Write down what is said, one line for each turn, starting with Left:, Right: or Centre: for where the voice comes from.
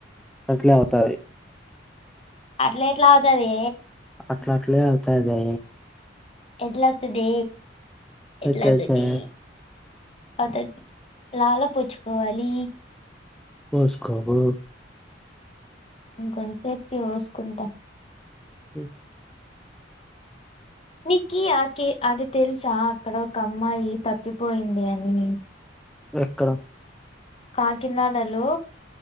Centre: అట్లే అవుతాది
Left: అట్లే ఎట్లా అవుతది
Centre: అట్లా అట్లే అవుతాది బె
Left: ఎట్లావుతది ఎట్లావుతది
Centre: అయితయితే
Left: అవుతది లాల పొచుకోవాలి
Centre: పోసుకో బో
Left: నేను కొంతసేపుకి పోసుకుంటా
Centre: ఉ
Left: నీకి ఆకే అది తెలుసా అక్కడ ఒక అమ్మాయి తప్పిపోయింది అని
Centre: ఎక్కడ
Left: కాకినాడ లో